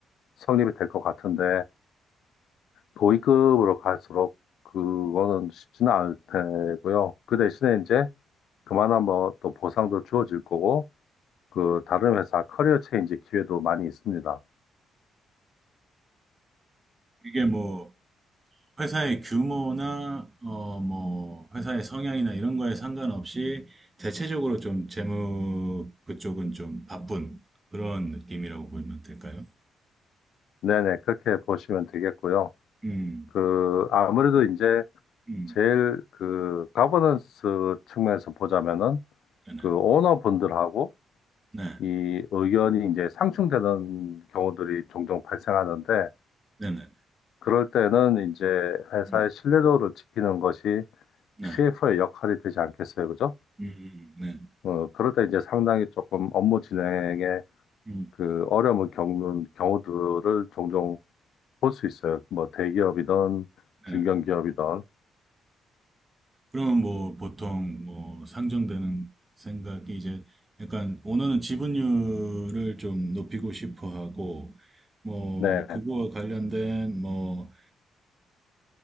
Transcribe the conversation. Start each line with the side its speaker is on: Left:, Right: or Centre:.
Left: 성립이 될 것 같은데 고위급으로 갈수록 그거는 쉽지는 않을 테고요. 그 대신에 이제 그만한 뭐 또 보상도 주어질 거고 그 다른 회사 커리어 체인지 기회도 많이 있습니다.
Right: 이게 뭐 회사의 규모나 어 뭐 회사의 성향이나 이런 거에 상관없이 대체적으로 좀 재무 그쪽은 좀 바쁜 그런 느낌이라고 보면 될까요?
Left: 네네 그렇게 보시면 되겠고요.
Right: 음,
Left: 그 아무래도 이제
Right: 음,
Left: 제일 그 가버넌스 측면에서 보자면은
Right: 네네,
Left: 그 오너분들하고
Right: 네,
Left: 이 의견이 이제 상충되는 경우들이 종종 발생하는데
Right: 네네,
Left: 그럴 때는 이제 회사의
Right: 음,
Left: 신뢰도를 지키는 것이
Right: 네,
Left: CFO의 역할이 되지 않겠어요, 그죠?
Right: 음, 음, 네,
Left: 어, 그럴 때 이제 상당히 조금 업무 진행에
Right: 음,
Left: 그 어려움을 겪는 경우들을 종종 볼 수 있어요. 뭐 대기업이든 중견기업이든.
Right: 네. 그러면 뭐 보통 뭐 상정되는 생각이 이제 약간 오너는 지분율을 좀 높이고 싶어 하고 뭐
Left: 네,
Right: 그거와 관련된 뭐어그